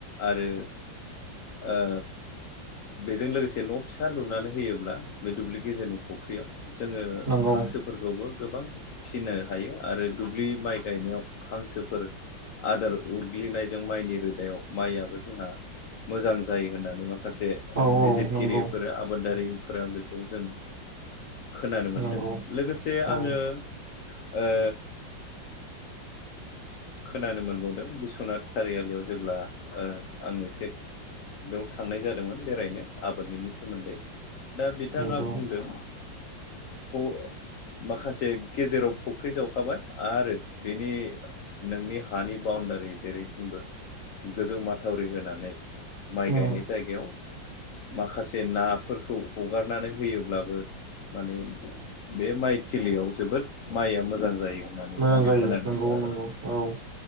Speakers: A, on the left; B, on the right.
A: आरो आ बेजों लोगोसे न' फिसा लुनानै होयोब्ला बे दुब्लि गेजेरनि फुख्रियाव जोङो
B: नंगौ
A: हांसो फोरखौबो गोबां फिसिनो हायो आरो दुब्लि माइ गायनायाव हांसोफोर आदोर उरग्लिनायजों माइनि रोदायाव माइयाबो जोंहा मोजां जायो होननानै माखासे
B: औ
A: बिजिरगिरिफोर
B: औ नंगौ
A: आबादारिफोरा बेखौ जों खोनानो मोनदों
B: नंगौ
A: लोगोसे
B: औ
A: आङो ओ खोनानो मोनबावदों बिस्वनाथ सारियालियाव जेब्ला ओ आं एसे बेयाव थांनाय जादोंमोन बेरायनो आबादनिनि सोमोन्दै दा बिथाङा
B: नंगौ
A: बुंदों फ अ माखासे गेजेराव फुख्रि जावखाबाय आरो बेनि नोंनि हानि बाउणडारि जेरैथिंबो गोजौ माथावरि होनानै माइ
B: उम
A: गायनाय जायगायाव माखासे नाफोरखौ हगारनानै होयोब्लाबो माने बे माइथिलियाव जोबोद माइया मोजां जायो। होननानै
B: मोजां
A: आं
B: जायो
A: खोनानो
B: नंगौ
A: मोनदों आरो
B: नंगौ औ।